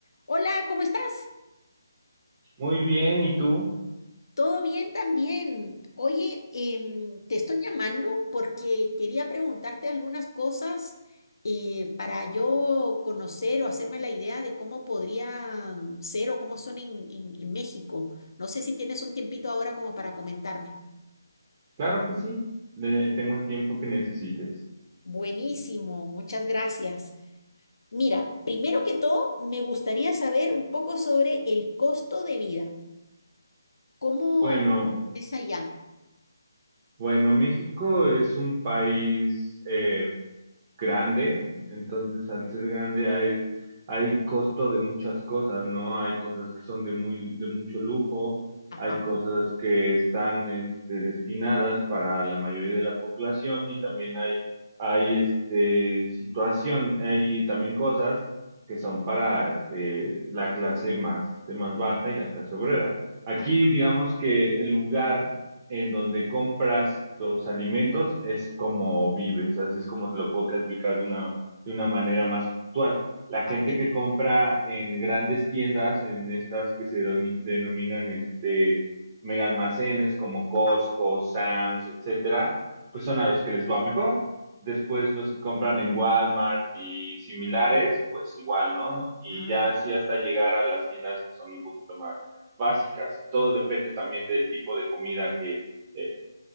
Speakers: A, on the left (about 80°); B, on the right (about 25°).
A: Hola, ¿cómo estás?
B: Muy bien, ¿y tú?
A: ¿Todo bien también? Oye, em, te estoy llamando porque quería preguntarte algunas cosas eh, para yo conocer o hacerme la idea de cómo podría mm, ser o cómo son en, en- en México. No sé si tienes un tiempito ahora como para comentarme.
B: Claro que sí, le tengo el tiempo que necesites.
A: Buenísimo, muchas gracias. Mira, primero que todo, me gustaría saber un poco sobre el costo de vida. ¿Cómo
B: Bueno,
A: es allá?
B: bueno, México es un país, eh, grande, entonces al ser grande hay, hay costo de muchas cosas, ¿no? Hay cosas que son de muy, de mucho lujo,
A: Ajá,
B: hay cosas que están este, destinadas para la mayoría de la población y también hay, hay este, situación, hay también cosas que son para este, la clase más, este, más baja y la clase obrera. Aquí
A: ajá,
B: digamos que el lugar en donde compras los alimentos es como vives, así es como te lo puedo clasificar de una, de una manera más puntual. La gente
A: a ver,
B: que compra en grandes tiendas, en estas que se doni- denominan este, mega almacenes como Costco,
A: ajá,
B: Sam's, etcétera,
A: ajá.
B: pues son a los que les va mejor. Después los que compran en Walmart y similares, pues igual, ¿no? Y
A: Ah,
B: ya así hasta llegar a las tiendas que son un poquito más básicas. Todo depende también del tipo de comida que, eh,